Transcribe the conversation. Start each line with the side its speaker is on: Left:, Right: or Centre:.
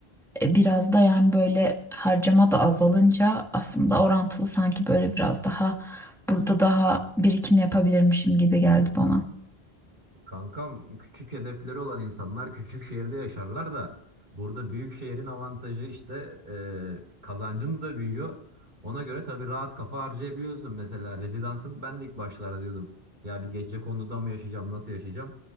Centre: e, Biraz da yani böyle harcama da azalınca aslında orantılı sanki böyle biraz daha burada daha birikim yapabilirmişim gibi geldi bana.
Right: E, Kankam küçük hedefleri olan insanlar küçük şehirde yaşarlar da burada büyük şehrin avantajı işte e, kazancın da büyüyor. Ona göre tabii rahat kafa harcayabiliyorsun. Mesela rezidansın ben de ilk başlarda diyordum ya bir gece konduda mı yaşayacağım nasıl yaşayacağım.